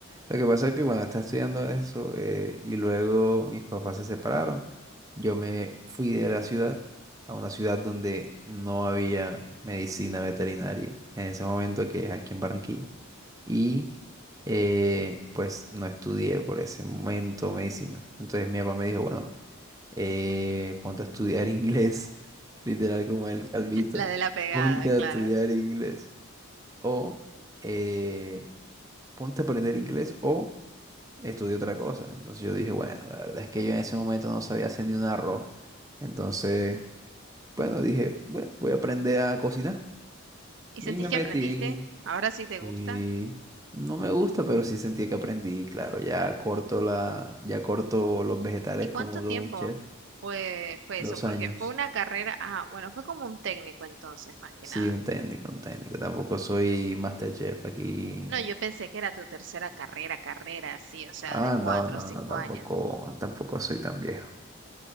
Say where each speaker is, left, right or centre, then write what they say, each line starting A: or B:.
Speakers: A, on the right (about 15°); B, on the right (about 55°).
A: Lo que pasa es que cuando estaba estudiando eso eh, y luego mis papás se separaron, yo me fui de la ciudad a una ciudad donde no había medicina veterinaria en ese momento que es aquí en Barranquilla. y eh, pues no estudié por ese momento medicina. Entonces mi papá me dijo, bueno, eh, ponte a estudiar inglés, <laughs> literal como el calvito,
B: La de la pegada,
A: ponte
B: claro.
A: a estudiar inglés o eh, ponte a aprender inglés o estudia otra cosa. Entonces yo dije, bueno, la verdad es que yo en ese momento no sabía hacer ni un arroz. Entonces, bueno, dije, "Bue- voy a aprender a cocinar.
B: ¿Y
A: Y
B: sentís
A: me
B: que
A: metí.
B: aprendiste? ¿Ahora sí te
A: Sí,
B: gusta?
A: no me gusta, pero sí sentí que aprendí, claro, ya corto la, ya corto los vegetales
B: ¿Y cuánto
A: como de
B: tiempo
A: un chef,
B: fue, fue
A: dos
B: eso? Porque
A: años.
B: fue una carrera, ah, bueno, fue como un técnico entonces, más que
A: Sí,
B: nada.
A: un técnico, un técnico. Tampoco soy MasterChef aquí.
B: No, yo pensé que era tu tercera carrera, carrera, sí, o sea,
A: Ah,
B: de cuatro
A: no, no,
B: o cinco
A: no, tampoco,
B: años.
A: tampoco soy tan viejo.